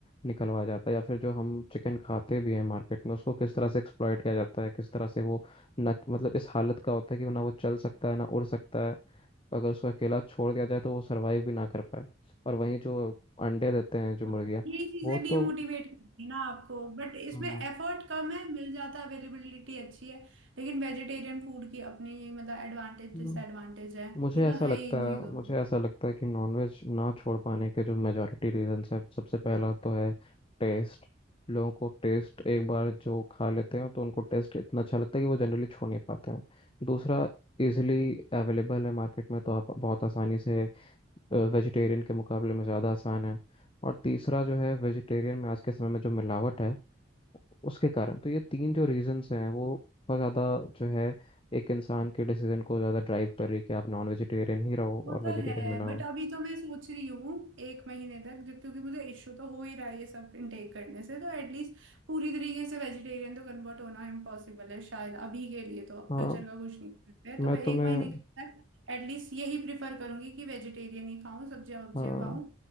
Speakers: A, on the left (about 25°); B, on the right (about 80°).
A: निकलवाया जाता है या फिर जो हम चिकन खाते भी हैं मार्केट में उसको किस तरह से एक्सप्लॉइट किया जाता है किस तरह से वो ना मतलब इस हालत का होता है कि ना वो चल सकता है ना उड़ सकता है अगर उसको अकेला छोड़ दिया जाए तो वो सरवाइव भी ना कर पाए और वहीं जो अंडे देते हैं जो
B: हाँ,
A: मुर्गियाँ
B: ये चीजें
A: वो तो
B: डीमोटिवेट करती है ना आपको बट इसमें
A: हाँ
B: एफर्ट कम है मिल जाता है अवेलेबिलिटी अच्छी है लेकिन वेजिटेरियन फूड की अपनी मतलब एडवांटेज
A: हम्म।
B: डिसएडवांटेज है
A: मुझे
B: ये तो
A: ऐसा
B: है
A: लगता
B: ही इन
A: है
B: चीजों
A: मुझे ऐसा लगता है कि नॉनवेज ना छोड़ पाने के जो मेजॉरिटी रीजंस है सबसे पहला तो है टेस्ट लोगों को टेस्ट एक बार जो खा लेते हैं तो उनको टेस्ट इतना अच्छा लगता है कि वो जनरली छोड़ नहीं पाते हैं दूसरा इजिली अवेलेबल है मार्केट में तो आप बहुत आसानी से वेजिटेरियन के मुकाबले में ज़्यादा आसान है और तीसरा जो है वेजिटेरियन में आज के समय में जो मिलावट है उसके कारण तो ये तीन जो रीजंस हैं वो बहुत ज़्यादा जो है एक इंसान के डिसीजन को ज़्यादा ड्राइव कर रही है कि आप नॉन वेजिटेरियन ही रहो
B: वो
A: और
B: तो
A: वेजिटेरियन
B: है
A: में ना हो
B: बट अभी तो मैं सोच रही हूँ एक महीने तक जब क्योंकि मुझे इश्यू तो हो ही रहा है ये सब इनटेक करने से तो एटलीस्ट पूरी तरीके से वेजिटेरियन तो कन्वर्ट होना इम्पॉसिबल है शायद अभी के लिए तो
A: हाँ
B: फ्यूचर का कुछ नहीं करते हैं
A: मैं
B: तो मैं
A: तुम्हें
B: एक महीने के तक एटलीस्ट यही प्रिफर करूंगी कि वेजिटेरियन ही खाऊं सब्जियां
A: हाँ
B: वब्जियां खाऊं